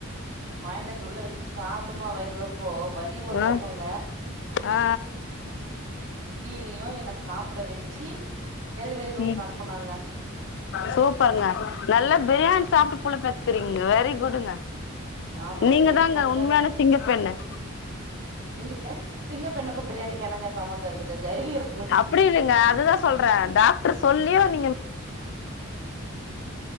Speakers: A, on the right (about 65°); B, on the left (about 60°).
A: வாயின்ட் வந்து உள்ள வச்சு சாப்டுமா வயிறுறொப்போ வலி ஒரு
B: ஹலோ
A: பக்கங்க
B: அ
A: தியு என்ன சாப்ட வச்சு டெலிவரி ரூம்க்கு
B: ம்
A: அனுப்புனாங்க
B: சூப்பருங்க நல்லா பிரியாணி சாப்ட்டு புள்ள பெத்க்கிறீங்க வெரி குட்டுங்க
A: ஆமாங்க
B: நீங்க
A: பிரியாணி
B: தாங்க
A: கொஞ்சமா
B: உண்மையான சிங்கப்பெண்ணு
A: சிங்க சிங்க பெண்ணுக்கும் பிரியாணிக்கும் என்னங்க சம்மந்தோ இருக்குது தைரியம் இருக்
B: அப்டி இல்லங்க அதுதா சொல்றே டாக்ரு சொல்லியு நீங்க